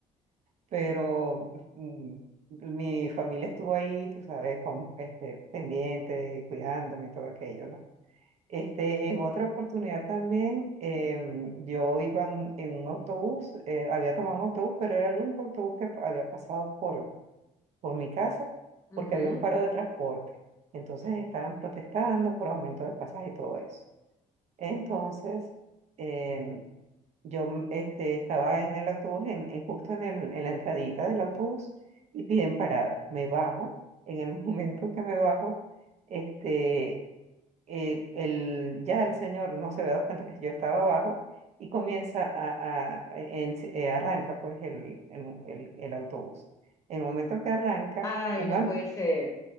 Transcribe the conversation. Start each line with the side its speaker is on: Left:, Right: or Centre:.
Right: pero mm, mi familia estuvo ahí, tú sabes, con, este, pendiente, cuidándome y todo aquello, ¿no? Este, en otra oportunidad también, em, yo iba en, en un autobús, eh, había tomado un autobús, pero era el único autobús que había pasado por, por mi casa porque
Left: Ujú.
Right: había un paro de transporte. Entonces estaban protestando por aumento de pasajes y todo eso. Entonces, em, yo mm, este, estaba en el autobús, en, en- justo en, el, en la entradita del autobús, y piden parada. Me bajo, en el <laughs> momento que me bajo, este, eh, el, ya el señor no se había dado cuenta que yo estaba abajo y comienza a, a- e, en- eh, arranca pues el, el, el- el autobús. En el momento que arranca,
Left: Ay,
Right: un,
Left: no
Right: am-
Left: puede ser.